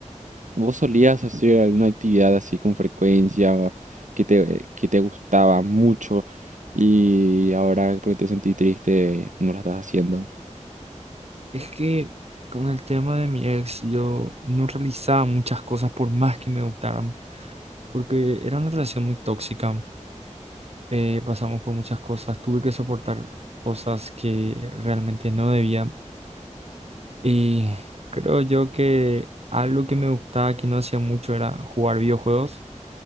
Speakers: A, on the right (about 75°); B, on the right (about 55°).
A: ¿vos solías hacer alguna actividad así con frecuencia que te, que te gustaba mucho y ahora porque te sentí triste no la estás haciendo?
B: Es que con el tema de mi ex, yo no realizaba muchas cosas por más que me gustaran, porque era una relación muy tóxica. eh, pasamos por muchas cosas, tuve que soportar cosas que realmente no debía y creo yo que algo que me gustaba que no hacía mucho era jugar videojuegos,